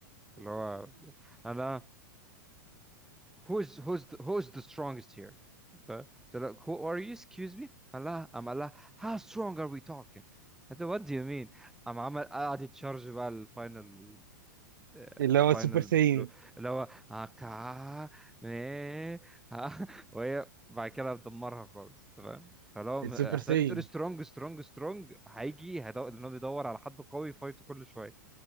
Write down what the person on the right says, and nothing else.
اللي
هو السوبر ساين
السوبر
ساين